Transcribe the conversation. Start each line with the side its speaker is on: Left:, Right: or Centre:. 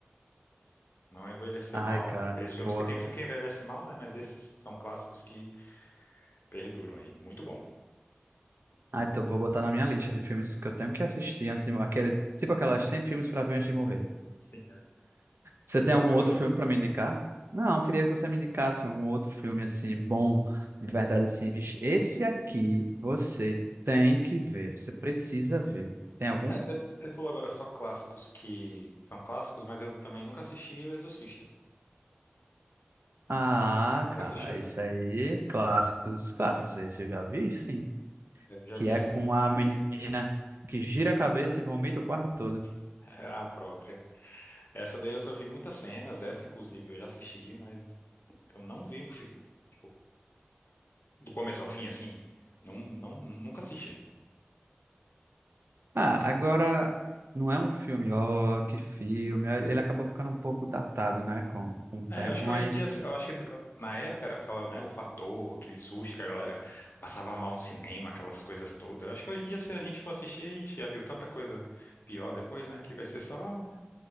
Left: Não envelheceu
Right: ai,
Left: mal,
Right: cara,
Left: assim. Aqueles filmes
Right: boa.
Left: que tem filme que envelhece mal, né? Mas esses são clássicos que perduram aí. Muito bom.
Right: Ah, então vou botar na minha lista de filmes que eu tenho que assistir antes de morrer. Aqueles, tipo aquelas 100 filmes para ver antes de morrer.
Left: Sim, é.
Right: Você
Left: diga
Right: tem algum
Left: mais
Right: outro
Left: outros.
Right: filme pra me indicar? Não, eu queria que você me indicasse algum outro filme assim bom, de verdade assim, vixe, esse aqui você tem que ver, você precisa ver. Tem algum?
Left: É, você você falou agora só clássicos que são clássicos, mas eu também nunca assisti O Exorcista.
Right: Ah, cara,
Left: Já assistiu?
Right: esse aí, clássico dos clássicos, esse eu já vi, sim,
Left: Eu já
Right: que
Left: vi
Right: é
Left: assim
Right: com a menina que gira a cabeça e vomita o quarto todo.
Left: <laughs> a própria. Essa daí eu só vi muitas cenas, essa inclusive eu já assisti, mas eu não vi o filme. Tipo, do começo ao fim, assim, não, não, nunca assisti.
Right: Ah, agora não é um filme, ó, que filme. Ele acabou ficando um pouco datado, né, com, com o tempo,
Left: É, eu acho que
Right: mas
Left: hoje em dia, eu acho que na época era aquela, né, o fator, aquele susto que a galera passava mal no cinema, aquelas coisas todas. Eu acho que hoje em dia, se a gente for assistir, a gente já viu tanta coisa pior depois, né, que vai ser só,